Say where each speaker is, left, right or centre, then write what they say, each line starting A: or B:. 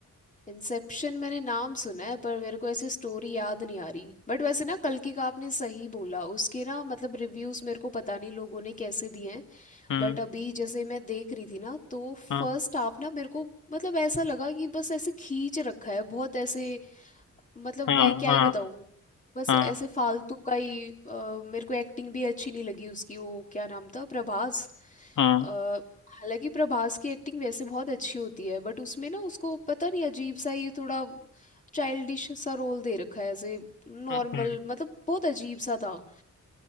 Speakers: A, on the left (about 25°); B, on the left (about 75°).
A: इंसेप्शन मैंने नाम सुना है पर मेरे को ऐसे स्टोरी याद नहीं आ रही बट वैसे ना कल की का आपने सही बोला उसके ना मतलब रिव्यूज मेरे को पता नहीं लोगों ने कैसे दिए हैं
B: हम्म
A: बट अभी जैसे मैं देख रही थी ना तो फर्स्ट
B: हाँ
A: हाफ ना मेरे को मतलब ऐसा लगा कि बस ऐसे खींच रखा है बहुत ऐसे मतलब
B: हाँ
A: मैं क्या
B: हाँ
A: ही बताऊँ बस
B: हाँ
A: ऐसे फालतू का ही अ, मेरे को एक्टिंग भी अच्छी नहीं लगी उसकी वो क्या नाम था प्रभास
B: हाँ
A: अ, हालांकि प्रभास की एक्टिंग वैसे बहुत अच्छी होती है बट उसमें ना उसको पता नहीं अजीब सा ही थोड़ा चाइल्डिश सा रोल दे रखा है ऐसे नॉर्मल
B: हम्म,
A: मतलब बहुत अजीब सा था अ,